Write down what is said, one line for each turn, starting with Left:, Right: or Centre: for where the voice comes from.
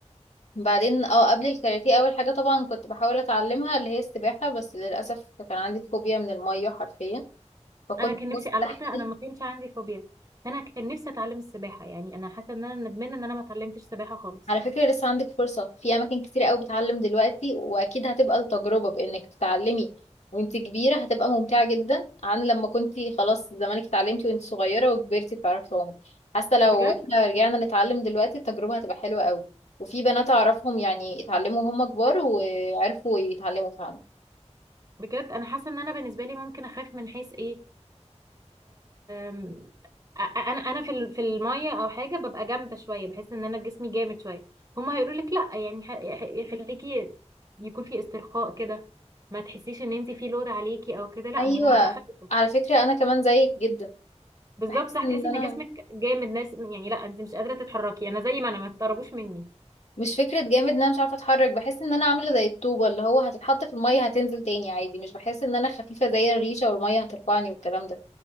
Left: بعدين اه قبل الكاراتيه اول حاجه طبعا كنت بحاول اتعلمها اللي هي السباحه بس للاسف كان عندي فوبيا من الميه حرفيا فكنت
Right: انا كان نفسي
Left: مستحيل
Right: على فكره انا ما كانش عندي فوبيا فانا كان نفسي اتعلم السباحه يعني انا حاسه ان انا ندمانه ان انا ما اتعلمتش سباحه خالص
Left: على فكرة لسه عندك فرصة في أماكن كتير قوي بتعلم دلوقتي وأكيد هتبقى التجربة بإنك تتعلمي وانت كبيرة هتبقى ممتعة جدا عن لما كنتي خلاص زمانك اتعلمتي وانت صغيرة وكبرتي بتعرفي تعومي حتى لو
Right: بجد
Left: احنا رجعنا نتعلم دلوقتي التجربة هتبقى حلوة قوي وفي بنات أعرفهم يعني اتعلموا وهم كبار وعرفوا يتعلموا فعلا
Right: بجد انا حاسه ان انا بالنسبه لي ممكن اخاف من حيث ايه أم... أ- انا انا في ال- في الميه او حاجه ببقى جامده شويه بحس ان انا جسمي جامد شويه هما هيقولوا لك لا يعني ح- ح- خليكي يكون في استرخاء كده ما تحسيش ان انت في لود عليكي او كده لا
Left: أيوة
Right: ما انا هبقى خايفه
Left: على فكرة أنا كمان زيك جدا
Right: بالظبط
Left: بحس
Right: صح
Left: إن
Right: تحسي
Left: أنا
Right: ان جسمك جامد ناس يعني لا انت مش قادره تتحركي انا زي ما انا ما تقربوش مني
Left: مش فكرة جامد ان انا مش عارفة اتحرك بحس ان انا عاملة زي الطوبة اللي هو هتتحط في المية هتنزل تاني عادي مش بحس ان انا خفيفة زي الريشة والمية هترفعني والكلام ده